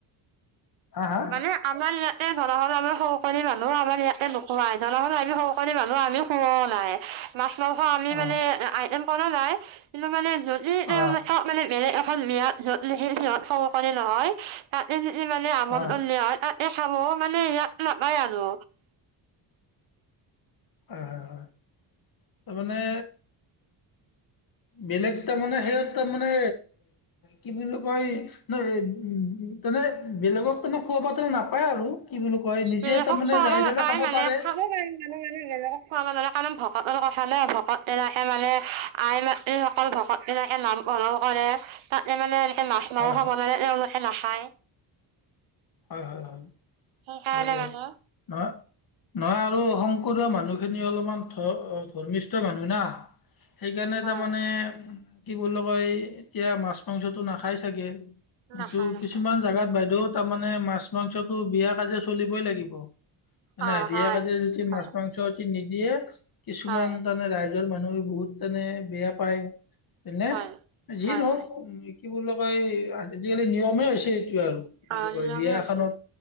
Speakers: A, on the left; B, on the right.
A: হা হা
B: মানে আমাৰ ইয়াতে ধৰা হৰ আমাৰ সকলি মানুহ আমাৰ কে নোখুৱাই ননাখন আমি সকল মানুহ আমি খোাও নাই মাছ আমি
A: অ অ
B: মানে আইটেম খ নাই কিন্তু মানে যদি
A: অ হয়
B: ক মেলে মে অসমন্ীয়াতঁত স সিহঁত সমকণে নহয় মানে আমাৰ
A: হয়
B: তাতে খাব মানে ইয়াত নাপায় আৰু
A: হয় হয় হয় তাৰ মমানে বেলেগ তাৰ মমানে সেই তাৰ মানে কি বুলি কয় উনেে বেলেগক তান খোৱা ব নাপায় আৰু কি বুলি কয় নিজে
B: বেলেগক
A: তাৰমানে
B: খোৱাব
A: যাই
B: নাপায়
A: পেলাই খাব
B: মানে
A: পাৰে
B: খাব পিম মানে মানে বেলেগক খুৱাব নালে কাৰণ ভ ভকতৰ কথা ন ভকত এনেকে মানে আই মাতৃসকল ভকত এনেকে নামকৰণ কৰে তাতে মানে মাছ
A: হয়
B: মাংস
A: হয়
B: বনালে তেওঁলোকে নাখায় <inaudible>
A: হয় হয় হয়
B: উ ক
A: হয়
B: জানান
A: দিয়ক নহয় নহয় আৰু শংকৰদীয় মানুহখিনি অলপমান ধ ধৰ্মিষ্ঠ মানুহ না সেইকাৰণে
B: হয়,
A: তাৰমানমানে কি বুলি কয় এতিয়া মাছ মাংসতটো নাখাই চাগে কিন্তু
B: নাখায় নাখায়।
A: কিছুমান জোগাত বাইদেউ কাম মানে মাছ মাংসটো বিয় কাজে চলিবই লাগিব মানে
B: অ',
A: বিেক
B: হয়,
A: আজে যদি
B: হয়,
A: মাছ মাংস নিদিয়ে কিছুমান
B: হয়,
A: তমানে ৰাইজৰ মানুহ বহুত মানে বেয়া পায় তেনে
B: হয়,
A: যি
B: হয়,
A: নহওক
B: হয়।
A: কি বুলি কয় আজিকালি নিয়মে হৈছে কি আৰু
B: অ', নিয়মে
A: বিয়া
B: হৈছে,
A: এখনত